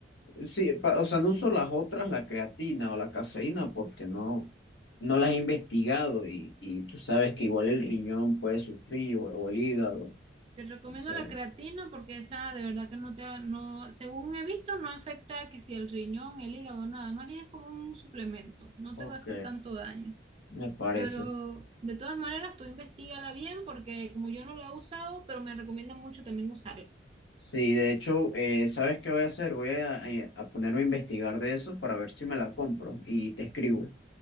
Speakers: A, on the left; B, on the right.
A: Sí, pa- o sea, no uso las otras, la creatina o la caseína, porque no, no las he investigado y, y tú sabes que igual el riñón puede sufrir o, o el hígado.
B: Te recomiendo
A: Entonces,
B: la creatina porque esa de verdad que no te, ha- no, según he visto, no afecta que si el riñón, el hígado, nada, más bien es como un suplemento, no
A: ok,
B: te va a hacer tanto daño.
A: me parece.
B: Pero de todas maneras, tú investigala bien porque como yo no la he usado, pero me recomiendan mucho también usarla.
A: Sí, de hecho, eh, ¿sabes qué voy a hacer? Voy a, eh, a ponerme a investigar de eso para ver si me la compro y te escribo.